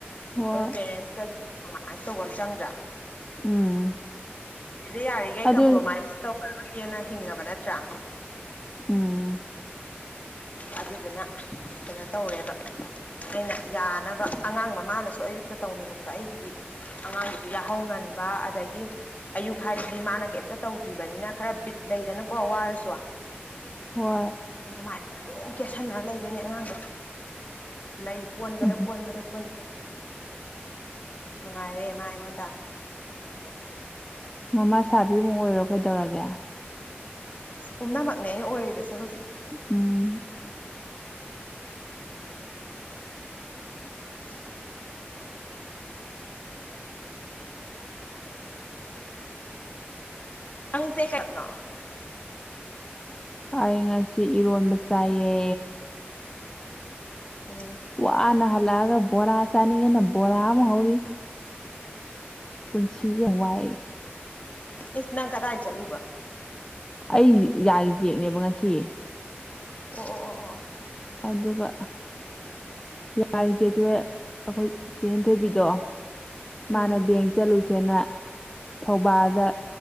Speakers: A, on the left; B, on the left.
A: ꯍꯣꯏ
B: ꯑꯗꯣ ꯄꯦꯔꯦꯟꯁꯇꯁꯨꯃꯥꯏꯁ ꯇꯧꯕ ꯑꯃ ꯆꯪꯗ꯭ꯔꯥ
A: ꯎꯝ
B: ꯁꯤꯁꯦ ꯌꯥꯔꯤꯈꯩ
A: ꯑꯗꯨ
B: ꯀꯝꯄ꯭ꯔꯣꯃꯥꯏꯁ ꯇꯧꯔꯔꯒꯦꯅ ꯍꯤꯡꯉꯅꯕ ꯅꯠꯇ꯭ꯔꯥ
A: ꯎꯝ
B: ꯑꯗꯨꯗꯨꯅ ꯀꯩꯅꯣ ꯇꯧꯔꯦꯕ ꯑꯩꯅ ꯌꯥꯅꯕ ꯑꯉꯥꯡ ꯃꯃꯥꯅꯁꯨ ꯑꯌꯨꯛꯇ ꯇꯧꯅꯤꯡꯉꯦꯕ ꯑꯩꯒꯤꯗꯤ ꯑꯉꯥꯡꯁꯤ ꯌꯥꯥꯍꯧ ꯉꯟꯕ ꯑꯗꯒꯤ ꯑꯌꯨꯛ ꯍꯥꯏꯗꯤ ꯃꯥꯅ ꯀꯩꯝꯇ ꯇꯧꯗ꯭ꯔꯤꯕꯅꯤꯅ ꯈꯔ ꯕꯤꯠ ꯂꯩꯗꯅꯀꯣ ꯋꯥꯔꯁꯨ
A: ꯍꯣꯏ
B: ꯑꯗꯨꯃꯥꯏ ꯑꯗꯨꯝ ꯀꯦꯠꯁꯟꯅꯔ ꯂꯩꯗꯣꯏꯅꯦ ꯑꯉꯥꯡꯗꯣ ꯂꯩ ꯀꯣꯟꯕꯗ
A: ꯎꯝ
B: ꯀꯣꯟꯕꯗ ꯀꯣꯟꯕꯗ ꯅꯨꯡꯉꯥꯏꯔꯦ ꯃꯥ ꯑꯩꯉꯣꯟꯗ
A: ꯃꯃꯥ ꯁꯥꯕꯤꯃꯨꯛ ꯑꯣꯏꯔꯣ ꯀꯩꯗꯧꯔꯒꯦ
B: ꯑꯁ ꯄꯨꯝꯅꯃꯛꯅꯦ ꯑꯩꯅ ꯑꯣꯏꯔꯤꯕꯁꯦ ꯍꯧꯖꯤꯛ
A: ꯎꯝ
B: <unintelligible> ꯅꯪ ꯁꯦ ꯀꯞꯅꯣ
A: ꯑꯩ ꯉꯁꯤ ꯏꯔꯣꯟꯕ ꯆꯥꯏꯌꯦ
B: ꯎꯝ
A: ꯋꯥꯅ ꯍꯜꯂꯛꯑꯒ ꯕꯣꯔꯥ ꯆꯥꯅꯤꯡꯉꯦꯅ ꯕꯣꯔꯥ ꯑꯃꯨꯛ ꯍꯧꯔꯤ ꯄꯨꯟꯁꯤꯁꯦ ꯌꯥꯝ ꯋꯥꯏ
B: ꯏꯁ ꯅꯪ ꯀꯗꯥꯏ ꯆꯠꯂꯨꯕ
A: ꯑꯩꯒꯤ ꯌꯥꯒꯤ ꯆꯦꯛꯅꯦꯕ ꯉꯁꯤ
B: ꯑꯣ ꯑꯣ ꯑꯣ ꯑꯣ ꯑꯣ
A: ꯑꯗꯨꯒ ꯌꯥꯔꯤ ꯆꯦꯛꯇꯦ ꯑꯩꯈꯣꯏ ꯆꯦꯟꯊꯣꯏꯕꯤꯗꯣ
B: ꯎꯝ
A: ꯃꯥꯅ ꯕꯦꯡ ꯆꯂꯨꯁꯦꯅ ꯊꯧꯕꯥꯜꯗ